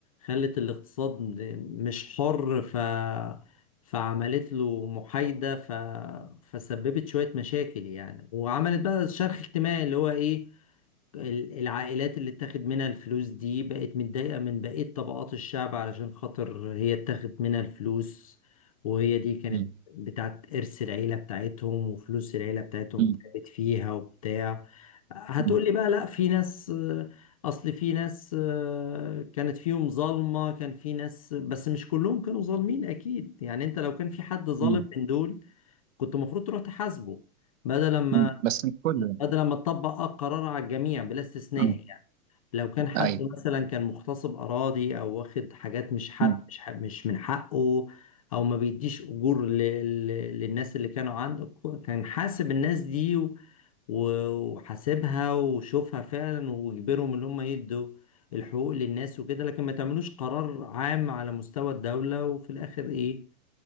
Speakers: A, on the left; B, on the right.
A: خلت الاقتصاد مش حر ف فعملت له محايدة ف... فسببت شوية مشاكل يعني وعملت بقى شرخ اجتماعي اللي هو ايه ال- العائلات اللي اتاخد منها الفلوس دي بقت متضايقة من بقية طبقات الشعب علشان خاطر هي اتاخد منها الفلوس وهي دي كانت
B: مم.
A: بتاعت إرث العيلة بتاعتهم وفلوس العيلة بتاعتهم
B: مم.
A: تعبت فيها وبتاع هتقولي
B: مم.
A: بقى لا في ناس آه، أصل في ناس آه، كانت فيهم ظالمة كان في ناس بس مش كلهم كانوا ظالمين أكيد يعني أنت لو كان في حد ظالم
B: مم.
A: من دول كنت المفروض تروح تحاسبه بدل ما
B: مم. بس مش كله يعني
A: هذا لما اتطبق اه قرار على الجميع بلا استثناء
B: مم.
A: يعني لو كان حد
B: ايوه
A: مثلا كان مغتصب اراضي او واخد حاجات مش حق
B: مم.
A: مش, حق مش من حقه او ما بيديش اجور ل... ل... للناس اللي كانوا عنده كان حاسب الناس دي و... وحاسبها وشوفها فعلا ويجبرهم ان هم يدوا الحقوق للناس وكده لكن ما تعملوش قرار عام على مستوى الدولة وفي الاخر ايه